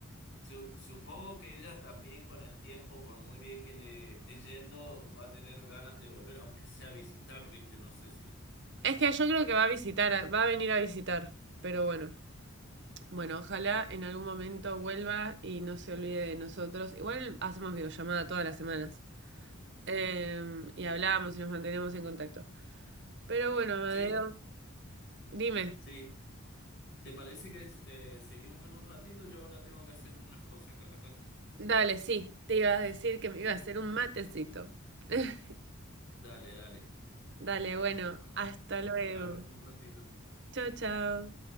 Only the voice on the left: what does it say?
Su- supongo que ella también con el tiempo, por muy bien que le esté yendo, va a tener ganas de volver, aunque sea a visitar, ¿viste? No sé si.
Ujú.
Che,
sí, ¿te parece que eh, seguimos en un ratito? Yo ahora tengo que hacer unas cosas acá en la casa.
Dale, dale.
Bueno,
ya,
ya hablo en un ratito.